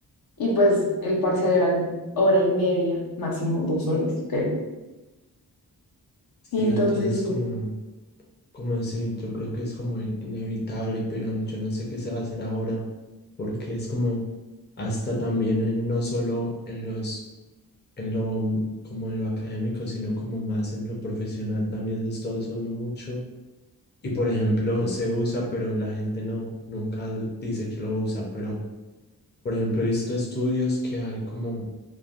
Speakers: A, on the left; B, on the left.
A: Y pues el parcial eran hora y media, máximo dos horas, creo.
B: Sí,
A: Entonces,
B: entonces como, Como así, yo creo que es como in- inevitable, pero yo no sé qué se va a hacer ahora, porque es como hasta también en- no solo en los, en lo, mm, como en lo académico, sino como más en lo profesional también se está usando mucho. Y por ejemplo, se usa, pero la gente no, nunca dice que lo usa, pero por ejemplo, he visto estudios que hay como